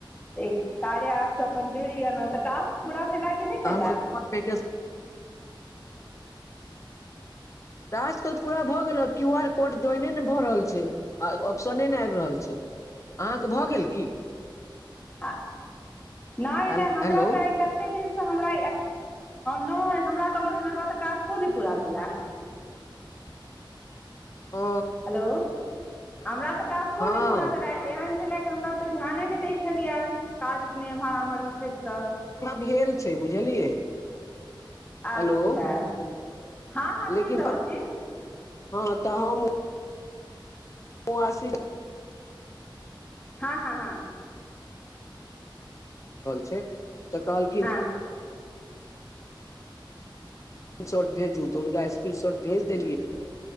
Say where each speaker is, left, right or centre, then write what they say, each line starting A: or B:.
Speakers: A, on the left; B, on the left.
A: कार्या एप स अपन जूड़ गेलौ तऽ अपन टास्क पूरा
B: हू
A: भेला कि नहि भेला
B: हाम ओहिठमा तऽ आजकल त पूरा भऽ गेल क्यू आर कोड जोाइने नहि भऽ रहल छय आ ऑप्शने नइ आबि रहल छै अहाँके भऽ गेल की
A: आ नय
B: हेलो
A: नय हमरा तऽइ कते दिनसँ हमरा नय हमरा तऽ रो नहि हमरा तऽ टास्को नहि पूरा भेलै
B: ओ
A: हलो हमरा तऽ टास्को
B: हँ
A: नहि पूरा भेलै एहन छलय के हमरा ओतऽ ध्यान नहि दै छलियै काज मे एम्हरम्हरमे फँसि कऽ
B: <unintelligible> भेल छै बुझलियै
A: अच्छा
B: हेलो
A: हँ हँ सुनि
B: लेकिन
A: रहल छी
B: हँ तऽ हम ऊ ओ आसी
A: हँ हँ हँ
B: छै तऽ <unintelligible> <unintelligible>
A: हँ
B: स्क्रीन शॉट भेजू तऽ हुनका स्क्रीन शॉट भेज देलियै